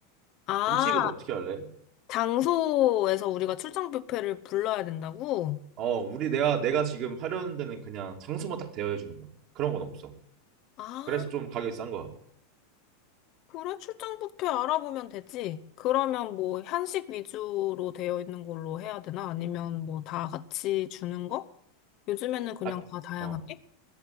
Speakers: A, on the left; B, on the right.
A: 아,
B: 음식은 어떻게 할래?
A: 장소에서 우리가 출장 뷔페를 불러야 된다고?
B: 어, 우리 내가 내가 지금 하려는 데는 그냥 장소만 딱 대여해 주는 거야. 그런 건 없어.
A: 아,
B: 그래서 좀 가격이 싼 거야.
A: 그래, 출장 뷔페 알아보면 되지. 그러면 뭐 한식 위주로 되어 있는 걸로 해야 되나? 아니면 뭐 다 같이 주는 거? 요즘에는 그냥
B: 아,
A: 다 다양하게?
B: 어.